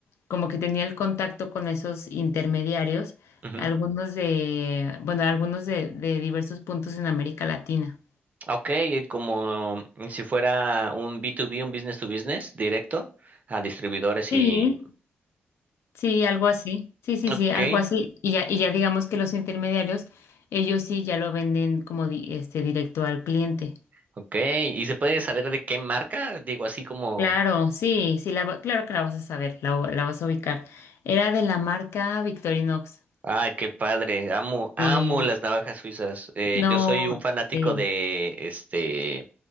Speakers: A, on the left (about 90°); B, on the right (about 40°).
A: Como que tenía el contacto con esos intermediarios,
B: ujú.
A: algunos de, bueno, algunos de de diversos puntos en América Latina.
B: Ok, eh, como si fuera un B2B, un business to business directo a distribuidores
A: Sí,
B: y...
A: sí, algo así. Sí, sí,
B: Ok,
A: sí, algo así. Y ya, y ya digamos que los intermediarios, ellos sí ya lo venden como di- este directo al cliente.
B: ok. ¿Y se puede saber de qué marca? Digo, así como...
A: Claro, sí, sí, la, va- claro que la vas a saber, la, la vas a ubicar. Era de la marca Victorinox.
B: Ay, qué padre. Amo, amo
A: Sí,
B: las navajas suizas. Eh,
A: no,
B: yo soy un fanático
A: sí,
B: de este